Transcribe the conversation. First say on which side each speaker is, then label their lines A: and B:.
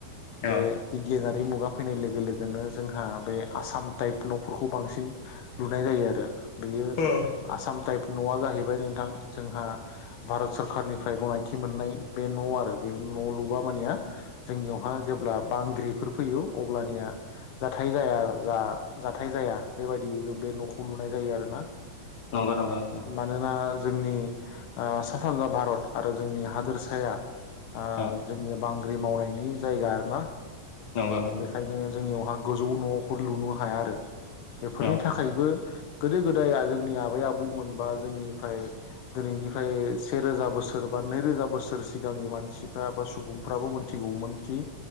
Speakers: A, on the left; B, on the left.
A: अ
B: बे बिगियानारि। मुगा फैनाय लोगो लोगोनो जोंहा बे आसाम टाइप न'फोरखौ बांसिन लुनाय जायो आरो। बेयो
A: अ
B: आसाम टाइप न'आ जाहैबाय नोंथां जोंहा भारत सरखारनिफ्राय गनायथि मोननाय बे न' आरो बे न' लुबा मानिया जोंनियावहा जेब्ला बांग्रिफोर फैयो अब्लानिया जाथाय जाया जा जाथाय जाया। बेबादि जों बे न'खौ लुनाय जायो आरोना
A: नंगौ
B: औ
A: नंगौ नोंथां
B: मानोना। जोंनि आ सा सानजा भारत आरो जोंनि हादोरसाया आ
A: अ
B: जोंनि बांग्रि मावनायनि जायगा आरोना
A: नंगौ नंगौ
B: बेखायनो जोंनियावहा गोजौ न'फोर लुनो हाया आरो, बेफोरनि
A: अ
B: थाखायबो गोदो गोदाय जोंनि आबै आबौमोनबा जोंनिफ्राय दिनैनिफ्राय सेेरोजा बोसोर बा नैरोजा बोसोर सिगांनि मानसिफ्रा बा सुबुंफ्राबो मोनथिगौमोन । खि